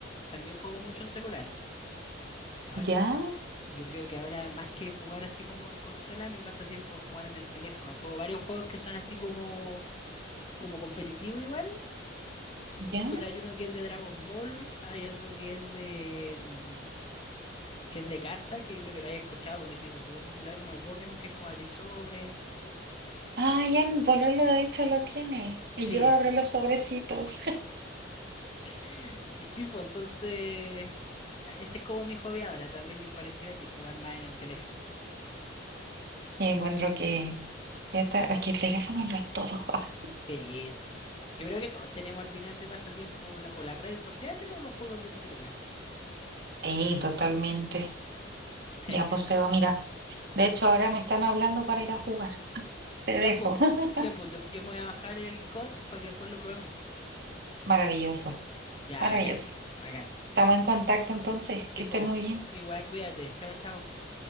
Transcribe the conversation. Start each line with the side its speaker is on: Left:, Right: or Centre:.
Left: también juego mucho en celular. Ahora, eh,
Right: ¿Ya?
Left: yo creo que ahora más que jugar así como en consola, mi pasatiempo es jugar en el teléfono. Juego varios juegos que son así como, como competitivo igual,
Right: ¿Ya?
Left: pero hay uno que es de Dragon Ball, hay otro que es de mm, que es de cartas, que yo creo que lo hayas escuchado porque se hizo súper popular, uno de Pokémon que es como abrir sobre.
Right: Ah, ya mi bololo de hecho lo tiene. Y
Left: Sí,
Right: yo abro los sobrecitos
Left: <laughs> Y sí, pues entonces, ese es como mi hobby ahora, también me parecía a ti, jugar más en el teléfono.
Right: y encuentro que... que esta- Es que el teléfono lo es todo. <laughs>
Left: Sí, sí. Yo creo que todos tenemos al final de pasatiempo la- o las redes sociales o los juegos del celular.
Right: Sí, totalmente.
Left: Sí.
Right: Ya, pues Seba, mira. De hecho, ahora me están hablando para ir a jugar. Te dejo.
Left: Ya pues,
Right: <laughs>
Left: ya pues, yo yo me voy a bajar el COD para que después lo probemos.
Right: Maravilloso,
Left: Ya,
Right: maravilloso.
Left: bacán, bacán.
Right: Estamos en contacto entonces.
Left: Sí,
Right: Que estén
Left: pues,
Right: muy bien.
Left: igual cuídate. Chao, chao.